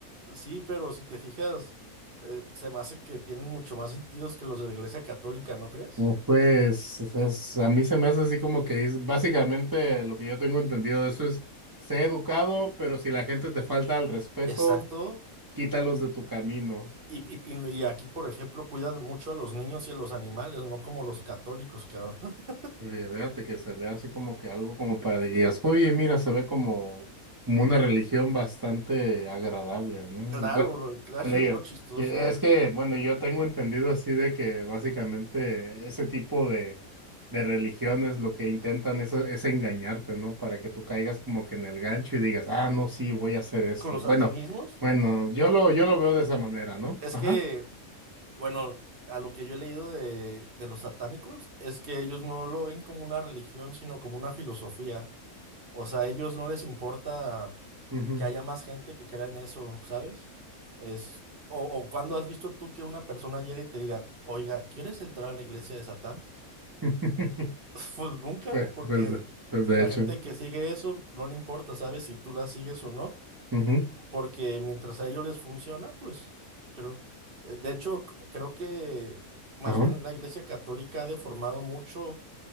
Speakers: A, on the right (about 45°); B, on the right (about 20°).
A: Sí, pero si te fijas, eh, se me hace que tienen mucho más sentidos que los de la Iglesia Católica, ¿no crees?
B: Oh, Pues es- a mí se me hace así como que es- básicamente lo que yo tengo entendido de eso es, sé educado, pero si la gente te falta el respeto,
A: Exacto.
B: quítalos de tu camino.
A: Y, y- y aquí, por ejemplo, cuidan mucho a los niños y a los animales, no como los católicos, cabrón. <laughs>
B: Oye, fíjate que se ve así como que algo como para que digas, oye, mira, se ve como, como una religión bastante agradable, ¿no?
A: Claro,
B: Y bueno,
A: lo- claro,
B: bueno, yo-
A: es lo chistoso.
B: y es que, bueno, yo tengo entendido así de que básicamente ese tipo de, de religiones lo que intentan es, es engañarte, ¿no? Para que tú caigas como que en el gancho y digas, ah, no, sí, voy a hacer esto.
A: Con los
B: Bueno,
A: satanismos,
B: bueno, yo lo, yo lo veo de esa manera, ¿no?
A: es
B: Ajá.
A: que, bueno, a lo que yo he leído de, de los satánicos, es que ellos no lo ven como una religión, sino como una filosofía. O sea, a ellos no les importa
B: Ujú.
A: que haya más gente que crea en eso, ¿sabes? Es, o, o cuando has visto tú que una persona llega y te diga, oiga, ¿quieres entrar a la iglesia de Satán?
B: <laughs>
A: Pues nunca,
B: Pues,
A: porque
B: pues, pues de
A: la
B: hecho.
A: gente que sigue eso no le importa, ¿sabes? Si tú la sigues o no,
B: Ujú.
A: porque mientras a ellos les funciona, pues creo. eh, De hecho, c- creo que más
B: Ajá.
A: bien la Iglesia Católica ha deformado mucho